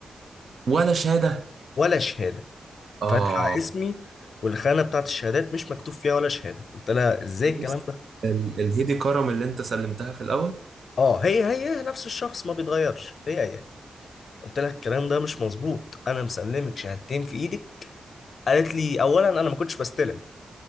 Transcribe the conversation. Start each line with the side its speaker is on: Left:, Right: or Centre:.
Right: ولا شهادة
Left: ولا شهادة
Right: اه
Left: فاتحه اسمي والخانه بتاعت الشهادات مش مكتوب فيها ولا شهاده قلت لها ازاي
Right: عرفت؟
Left: الكلام ده
Right: ال- الهيدي كرم اللي انت سلمتها في الاول
Left: اه هي هي نفس الشخص ما بيتغيرش هي هي قلت لها الكلام ده مش مظبوط انا مسلمك شهادتين في ايدك قالت لي اولا انا ما كنتش بستلم